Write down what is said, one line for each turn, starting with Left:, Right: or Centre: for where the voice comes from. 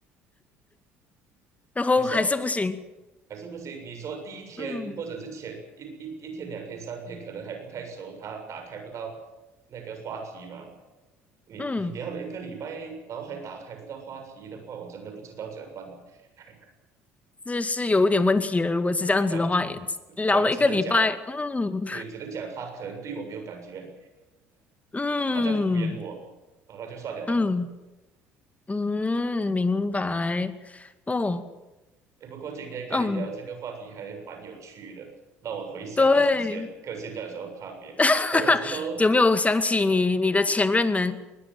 Left: 然后还是不行。
Right: 你说还是不行。你说第一天或者是前一一一天、
Left: 嗯
Right: 两天、三天，可能还不太熟，他打开不到那个话题嘛。你你聊了一个礼拜，
Left: 嗯，
Right: 然后还打开不到话题的话，我真的不知道怎么办了。<laughs>
Left: 这是有一点问题了。如果是这样子的话，
Right: 那可
Left: 也聊了一个礼拜，
Right: 可只能讲，
Left: 嗯。
Right: 对，只能讲他可能对我没有感觉，
Left: 嗯
Right: 他在敷衍我，啊，那就算了咯。
Left: 嗯嗯，明白。哦，
Right: 哎，不过今天跟你聊这个话题还蛮有趣的，
Left: 嗯，
Right: 让我回想以前跟现在有什么差别。
Left: 对，<laughs>
Right: 可能我之后 <laughs>
Left: 有没有想起你你的前任们？